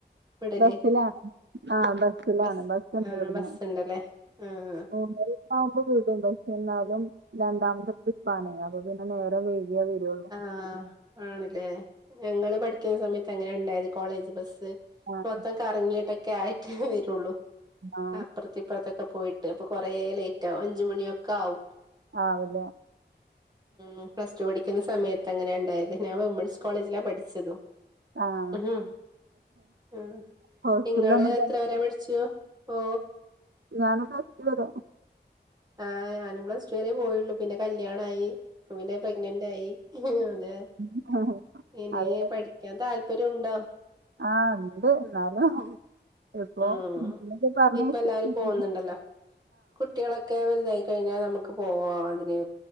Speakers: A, on the right (about 20°); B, on the right (about 80°).
A: വിടല്
B: ബസ്സിലാണ് ആഹ ബസ്സിലാണ്
A: ബസ്
B: ബസ്സുണ്ട്
A: ആഹ്
B: ഇവിടുന്ന്
A: ബസ്സുണ്ടല്ലേ ആഹ്
B: <unintelligible> ആവുമ്പോ വീട്ണ്ട് പക്ഷെ എന്നാലും രണ്ടാമത്തെ ട്രിപ്പ ആണ് അപ്പൊ പിന്നെ നേരെ വ ഏ നിരോധ് -
A: ആ ആണല്ലേ ഞങ്ങള് പഠിക്കുന്ന സമയത്ത് എങ്ങനെ ഉണ്ടായത് കോളേജ് ബസ്
B: ആഹ്
A: മൊത്തം കറങ്ങിട്ടൊക്കെ ആയിട്ടേ വരുള്ളൂ
B: ആഹ്
A: അപ്പുറത്തെ ഇപ്പുറത്തൊക്കെ പോയിട്ട് അപ്പൊ കൊറേ ലേറ്റ് ആകും അഞ്ചുമ മണിയൊക്കെ ആകും.
B: ആവുല്ലേ?
A: ഉ പ്ലസ ടു പഠിക്കുന്ന സമയത്ത് അങ്ങനെ ഉണ്ടായത് ഞാൻ വിമൻസ് കോളേജിലാ പഠിച്ചതു
B: ആഹ്
A: ഹഹ ഉ
B: ഹോസ്റ്റലിലൊന്നും
A: ഇങ്ങള് എത്ര വരെ പടിച്ചോ ഓ
B: ഞാനും പ്ലസ്റ്റുവരെ
A: ആ് ഞാനും പ്ലസ് ടു വരെേ പോയുള്ളു പിന്നെ കല്യാണായി പിന്നെപ്രഗ്നന്റ് ആയി അതെ
B: ആഹ്
A: ഇനി
B: അത്
A: പഠിക്കാൻ താല്പര്യംണ്ടോ?
B: ആഹ് ഉണ്ട് എന്നാലും എപ്പോ
A: ഉം
B: <unintelligible> പറഞ്ഞെ
A: ഇപ്പ
B: <unintelligible>
A: എല്ലാരും പോകുന്നുണ്ടല്ലോ കുട്ടികളൊക്കെ വലുതായി കഴിഞ്ഞാ നമുക്ക് പോവാ അതിന്